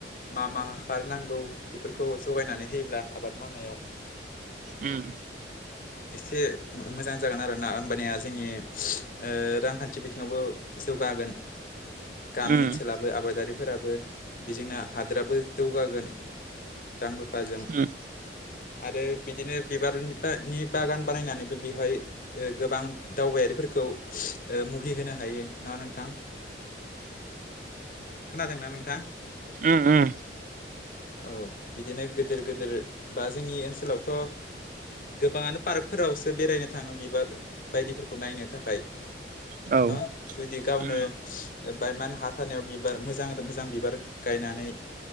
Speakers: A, on the left; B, on the right.
A: मा मा हाखार नांगौ बेफोरखौ जगायनानै होयोब्ला आबाद मावनायाव
B: उम।
A: <inaudible> एसे मोजां जागोन आरो ना होमबानिया जोंनि ओ रांखान्थि बिथिङावबो जौगागोन। गामि
B: उम
A: ओनसोलाबो आबादारिफोराबो बेजोंनो हादोराबो जौगागोन। रां रुफाजों
B: उम
A: आरो बिदिनो बिबारनि बानि बागान बानायनानैबो बेहाय ओ गोबां दावबायारिफोरखौ ओ मुहि होनो हायो ना नोंथां? खोनादोंना नोंथां?
B: उम उम
A: औ बिदिनो गोदिर गोदिर बा जोंनि ओनसोलावथ' गोबाङानो पार्कफोरावसो बेरायनो थाङो बिबार बायदिफोरखौ नायनो थाखाय
B: औ।
A: न' जुदि गावनो
B: उम
A: बायमान हा थानायाव बिबार मोजां मोजां बिबार गायनानै